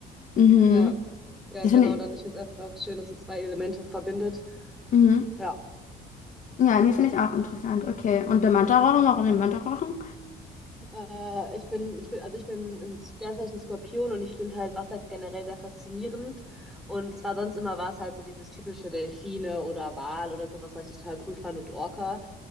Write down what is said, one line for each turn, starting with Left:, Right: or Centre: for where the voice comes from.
Left: Mhm.
Centre: Ja, ja,
Left: Das
Centre: genau.
Left: finde ich.
Centre: Dann, ich finde es einfach schön, dass sie zwei Elemente verbindet.
Left: Mhm.
Centre: Ja.
Left: Ja, nee, finde ich auch interessant. Okay. Und der Mantarochen, warum den Mantarochen?
Centre: Äh, ich bin, ich bin, also ich bin im Sternzeichen Skorpion und ich finde halt Wasser generell sehr faszinierend. Und es war sonst immer war es halt so dieses typische Delfine oder Wal oder sowas, was ich total cool fand und Orca.